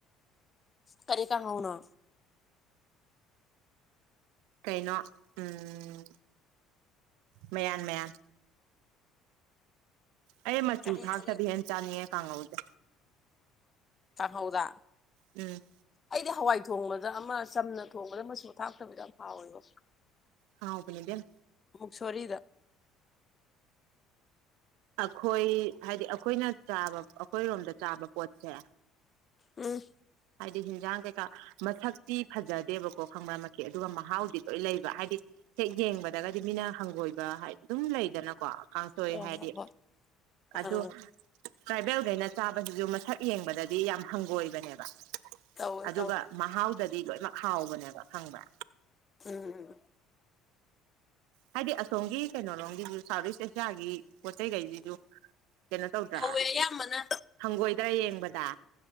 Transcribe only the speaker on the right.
ꯀꯩꯅꯣ ꯎꯝ ꯃꯌꯥꯟ ꯃꯌꯥꯟ ꯑꯩ ꯃꯆꯨ
ꯊꯥꯛꯇꯕꯤ
ꯍꯦꯟ ꯆꯥꯅꯤꯡꯉꯦ ꯀꯥꯡꯍꯧꯁꯦ
ꯎꯝ
ꯍꯥꯎꯕꯅꯤ ꯏꯕꯦꯝ
ꯑꯈꯣꯏ ꯍꯥꯏꯗꯤ ꯑꯈꯣꯏꯅ ꯆꯥꯕ ꯑꯈꯣꯏꯔꯣꯝꯗ ꯆꯥꯕ ꯄꯣꯠꯁꯦ
ꯍꯥꯏꯗꯤ ꯍꯤꯟꯖꯥꯡ ꯀꯩꯀꯥ ꯃꯁꯛꯇꯤ ꯐꯖꯗꯦꯕꯀꯣ ꯈꯪꯕ꯭ꯔ ꯃꯛꯀꯤ ꯑꯗꯨꯒ ꯃꯍꯥꯎꯗꯤ ꯂꯣꯏ ꯂꯩꯕ ꯍꯥꯏꯗꯤ ꯍꯦꯛ ꯌꯦꯡꯕꯗꯒꯗꯤ ꯃꯤꯅ ꯍꯪꯒꯣꯏꯕ ꯍꯥꯏ ꯑꯗꯨꯝ ꯂꯩꯗꯅꯀꯣ ꯀꯥꯡꯁꯣꯢ
ꯍꯥꯏꯗꯤ
ꯑꯗꯣ ꯇ꯭ꯔꯥꯏꯕꯦꯜ ꯀꯩꯅ ꯆꯥꯕꯖꯤꯖꯨ ꯃꯁꯛ ꯌꯦꯡꯕꯗꯗꯤ ꯌꯥꯝ ꯍꯪꯒꯣꯏꯕꯅꯦꯕ
ꯑꯗꯨꯒ
ꯃꯍꯥꯎꯗ ꯗꯤ ꯂꯣꯏꯅꯃꯛ ꯍꯥꯎꯕꯅꯦꯕ ꯈꯪꯕ꯭ꯔꯥ
ꯍꯥꯏꯗꯤ ꯑꯁꯣꯝꯒꯤ ꯀꯩꯅꯣ ꯔꯣꯝꯒꯤꯖꯨ ꯁꯥꯎꯠ ꯏꯁꯠ ꯑꯦꯁ ꯏꯁꯥꯒꯤ ꯄꯣꯠ ꯆꯩꯒꯩꯖꯤꯖꯨ ꯀꯩꯅꯣ ꯇꯧꯗ꯭ꯔꯥ
ꯍꯪꯒꯣꯏꯗ꯭ꯔ ꯌꯦꯡꯕꯗ